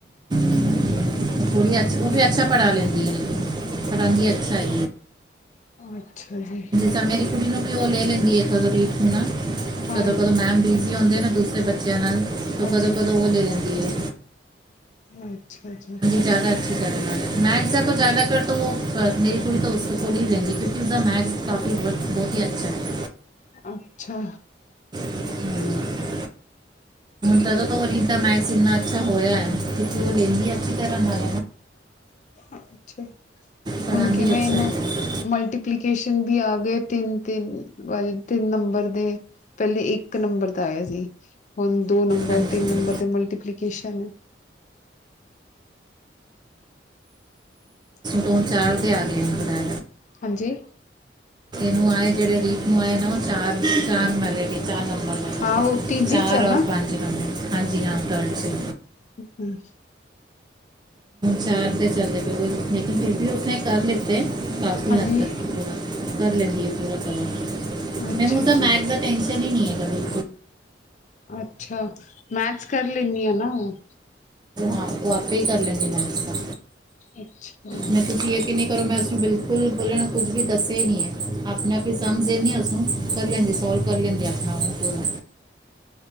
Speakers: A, on the right (about 25°); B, on the left (about 40°).
A: <inaudible> ਉਹ ਵੀ
B: ਠੀਕ
A: ਉਹ ਵੀ ਅੱਛਾ ਪੜ੍ਹਾ ਲੈਂਦੀ ਏ ਪੜ੍ਹਾਦੀ ਅੱਛਾ ਹੈ।
B: ਅੱਛਾ ਜੀ!
A: ਤਾਂ ਮੇਰੀ ਕੁੜੀ ਨੂੰ ਵੀ ਉਹ ਲੈ ਲੈਂਦੀ ਏ ਜਦੋਂ ਵੀ ਹਨਾ
B: ਹਾਂਜੀ
A: ਕਦੋਂ- ਕਦੋਂ ਮੈਮ ਬਿਜ਼ੀ ਹੁੰਦੇ ਨਾ ਦੂਸਰੇ ਬੱਚੇ ਬੱਚਿਆਂ ਨਾਲ
B: ਹਾਂਜੀ
A: ਕਦੋਂ ਕਦੋਂ ਉਹ ਲੈ ਰਹਿੰਦੀ ਹੈ।
B: ਅੱਛਾ ਜੀ
A: ਜ਼ਿਆਦਾ ਅੱਛੀ ਕਰੇਗਾ ਮੈਥ ਦਾ ਤਾਂ ਜ਼ਿਆਦਾ ਕਰ ਤੋਂ ਉਹ ਮੇਰੀ ਕੁੜੀ ਤਾਂ ਉਸ ਤੋਂ ਥੋੜੀ ਹੀ ਲੈਂਗੀ ਕਿਉਂਕਿ ਉਸਦਾ ਮੈਥਸ ਕਾਫੀ ਬਹੁ ਬਹੁਤ ਹੀ ਅੱਛਾ ਏ।
B: ਅੱਛਾ।
A: <inaudible> ਜਦੋਂ ਤੋਂ ਰੇਤਾ ਮੈਕਸ ਨਾ ਅੱਛਾ ਹੋਇਆ ਕਿ ਉਹ ਲੈਂਦੀ ਅੱਛੀ ਤਰ੍ਹਾਂ ਨਾਲ।
B: ਅੱਛਾ
A: ਪੜਾਉਂਦੀ
B: ਹੁਣ ਕਿਵੇਂ
A: ਅੱਛਾ
B: ਇਹਨੂੰ
A: ਹੈ
B: ਮਲਟੀਪਲੀ ਨੋਟੀਫਿਕੇਸ਼ਨ ਵੀ ਆ ਗਏ ਤਿੰਨ -ਤਿੰਨ ਵਾਲੇ ਤਿੰਨ ਨੰਬਰ ਦੇ। ਪਹਿਲੇ ਇੱਕ ਨੰਬਰ ਦਾ ਆਇਆ ਸੀ ਹੁਣ ਦੋ ਨੰਬਰ
A: ਹਾਂਜੀ
B: ਤਿੰਨ
A: ਅੱਛਾ
B: ਨੰਬਰ ਦੇ ਮਲਟੀਕੇਸ਼ਨ <unintelligible>
A: ਦੋ ਚਾਰ ਦੇ ਆ ਗਏ ਥੋੜਾ
B: ਹਾਂਜੀ
A: ਨੂੰ ਆਏ ਜਿਹੜੇ ਰੀਪ ਨੂੰ ਆਏ ਨਾ ਉਹ ਚਾਰ ਚਾਰ ਮਹੱਲੇ ਦੀ ਚਾਰ ਨੰਬਰ
B: ਹਾਂ ਉਹ ਤੀਜੀ
A: ਚਾਰ
B: ਚ ਆ ਨਾ
A: ਔਰ- ਪੰਜ। ਹਾਂ ਹਾਂਜੀ ਹਾਂ ਥਰਡ ਸੀ।
B: ਹੂ,,,
A: ਚਾਰ ਦੇ ਚੱਲਦੇ ਪਰ ਫਿਰ ਵੀ ਉਸਨੇ ਕਰ ਲਿੱਤੇ। ਕਾਫੀ
B: ਹਾਂਜੀ
A: ਹੱਦ ਤੱਕ ਪਰਾ ਕਰ ਲੈਂਦੀ ਹੈ ਪੂਰਾ ਕੰਮ।
B: ਅੱਛਾ
A: ਮੈਨੂੰ ਤਾਂ ਮੈਥ
B: ਜੀ
A: ਦਾ ਟੈਨਸ਼ਨ ਹੀ ਨਹੀਂ ਕਦੀ।
B: ਅੱਛਾ ਮੈਥਸ ਕਰ ਲੈਂਦੀ ਹੈ ਨਾ ਉਹ।
A: ਹਾਂ ਉਹ ਆਪੇ ਹੀ ਕਰ ਲੈਂਦੀ ਮੈਥਸ ਦਾ।
B: ਅੱਛਾ
A: ਮ ਤੁਸੀਂ ਯਕੀਨੀ ਕਰੋ ਮੈਂ ਉਸਨੂੰ ਬਿਲਕੁਲ ਬੋਲਣ ਕੁੱਝ ਵੀ ਦੱਸਿਆ ਹੀ ਨਹੀਂ ਏ। ਆਪਣੇ ਆਪ ਹੀ ਸਮਝਦੇ ਨ ਅੂੰ ਕਰ ਲੈਂਦੀ ਸੋਲਵ ਕਰ ਲੈਂਦੀ। ਆਪਣਾ ਪੂਰਾ